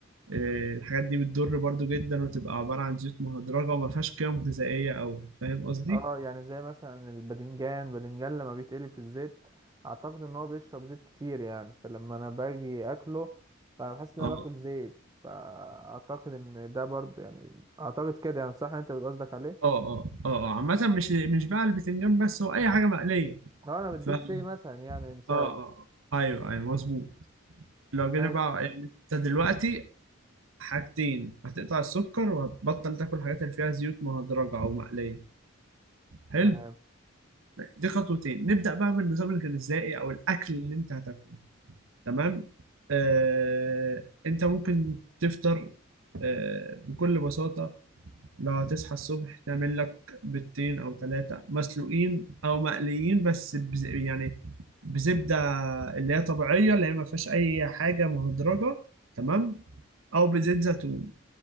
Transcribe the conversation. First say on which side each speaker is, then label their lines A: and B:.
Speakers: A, on the right (about 75°); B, on the right (about 20°).
A: آه، الحاجات دي بتضر برضو جدا وتبقى عباره عن زيوت مهدرجه وما فيهاش قيم غذائيه قوي فاهم قصدي
B: اه يعني زي مثلا الباذنجان باذنجان لما بيتقلي في الزيت اعتقد ان هو بيشرب زيت كتير يعني فلما انا باجي اكله فبحس ان
A: اه
B: انا باكل زيت فاعتقد ان ده برضه يعني اعتقد كده يعني صح انت بتقصدك عليه
A: اه اه اه آه. عامة مش مش بقى البتنجان بس هو أي حاجة مقلية
B: اه انا بديك
A: ف اه
B: زي مثلا يعني مثال
A: اه اه. أيوه أيوه مظبوط لو جينا
B: ماشي
A: بقى يعني أنت دلوقتي حاجتين هتقطع السكر وهتبطل تاكل الحاجات اللي فيها زيوت مهدرجة أو مقلية
B: تمام
A: حلو دي خطوتين نبدأ بقى بالنظام الغذائي أو الأكل اللي أنت هتاكله تمام آه أنت ممكن تفطر آه بكل بساطة لو هتصحى الصبح تعمل لك بيضتين او ثلاثة مسلوقين او مقليين بس بز... يعني بزبدة اللي هي طبيعية اللي هي ما فيهاش اي حاجة مهدرجة تمام او بزيت زيتون